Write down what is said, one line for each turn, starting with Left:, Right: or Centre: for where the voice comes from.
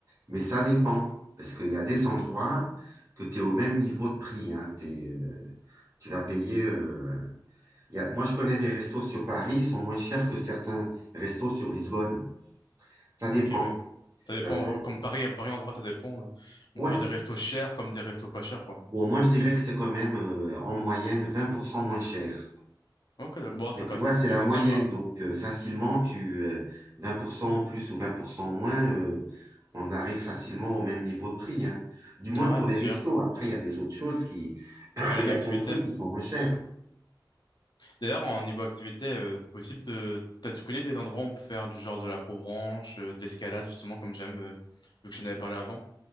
Right: Mais ça dépend, parce qu'il y a des endroits que tu es au même niveau de prix. hein. T'es, euh, tu vas payer. euh, il y a- moi, je connais des restos sur Paris, ils sont moins chers que certains restos sur Lisbonne. Ça dépend.
Left: Ok, ouais. Ça dépend,
Right: Euh,
Left: euh, comme Paris, hein, Paris en vrai, ça dépend. euh,
Right: ouais,
Left: On peut avoir des restos chers comme des restos pas chers, quoi.
Right: bon, moi, je dirais que c'est quand même euh, en moyenne 20% moins cher.
Left: Ok, d'accord. Bon,
Right: Mais
Left: ça,
Right: tu
Left: quoi,
Right: vois,
Left: c'est
Right: c'est
Left: c'est-
Right: la
Left: c'est
Right: moyenne,
Left: bien, quoi.
Right: donc euh, facilement, tu euh, 20% en plus ou 20% en moins, euh, on arrive facilement au même niveau de prix, hein. Du moins
Left: Ouais,
Right: pour
Left: c'est
Right: les restos.
Left: sûr.
Right: Après, il y a des autres choses qui, <coughs> <clears throat>
Left: Ouais, les
Right: il y
Left: activités.
Right: a plein de trucs qui sont moins chers.
Left: D'ailleurs, en niveau activité, euh, c'est possible de. t'as- Tu connais des endroits où on peut faire du genre de l'acrobranche, euh, de l'escalade, justement, comme j'aime, euh, vu que j'en avais parlé avant?